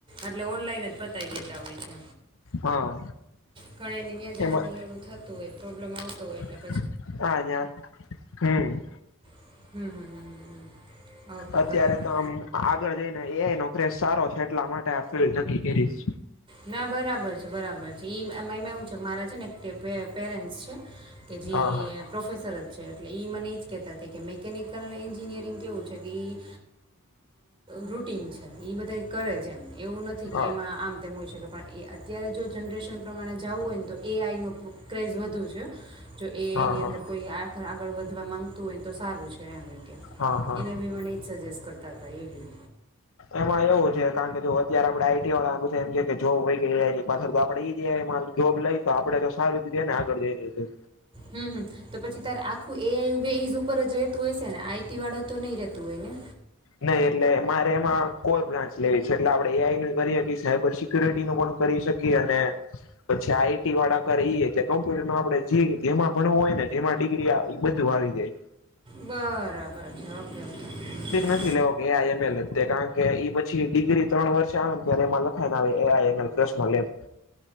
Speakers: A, on the right; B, on the left.
A: એટલે ઓનલાઈન જ પતાય દેતા હોય છે
B: હા
A: ઘણાય ને ત્યાં જવાની
B: એમાં
A: એલું થતું હોય પ્રોબ્લેમ આવ <inaudible>
B: <unintelligible> હમ
A: <inaudible>
B: અત્યારે
A: બરાબર
B: તો આમ આગળ જઈને એ નોકરી સારો છે લમાાટ આ એ તો ક કરીશ
A: ના બરાબર છે બરાબર છે એ અમાંમાં એવું છે કે મારા છે ને કે પ પેરેન્ટ્સ છે. કે જે
B: હા હા
A: પ્રોફેસર જ છે એટલે ઈ મને એજ કેતા હતા કે મેકેનિકલ એન્જિનિયરિંગ કેવું છે કે એ રૂટીન છે એ બધા કરે છેમ એવું નથી કે
B: હા
A: એમાં આમ તે હો શકે પણ એ અત્યારે જો જનરેશન પ્રમાણે જવું હોય ને તો એ આઈ ન ક્રેઝ વધુ છે. જો એ
B: હા
A: એની
B: હા
A: અંદર કોઈ આખ આગળ વધવા માંગતું હોય ને તો સારું છે એમનું કેમ
B: હા હા
A: એને બી મને એ જ સજેશ કરતા હતા એ બી
B: એમાં એવું છે કારણ કે જો અત્યારે આપડે આઈટી વાળા બધા એમ જોબ હોય ગઈ એની પાછળ આપડે ઈ જ મા જોબ લઈ તો આપડે તો સારૂ રીતે ને આગળ જઈ
A: હમ હ તો પછી તારે આખું એઆઈ એ બેઝ ઉપર જ હોય છે ને આઈટી વાળું તો નહી રહેતું હોય ને
B: નહી એટલે મારે એમાં કોઈ બ્રાન્ચ લેવી છે એટલે આપણે એઆઈ ન કરી શકીએ સાયબર સિક્યુરિટી નું પણ કરી શકીએ અને પછી આઈટી વાળા કરી એ કે કમ્પ્યુટર ન આપણેે જે જેમાં ભણવું હોય ને જેમાં ડિગ્રી એ બધું આવી જાય.
A: બરાબર છે ઓકે ઓકે.
B: લે કે એઆઈ એમલ કારણ કે એ પછી ડિગ્રી ત્રણ વર્ષ આવે ને ત્યારે એમાં લખાય આવે એ એઆઈએમએલએ પ્રશ્નલ એમાં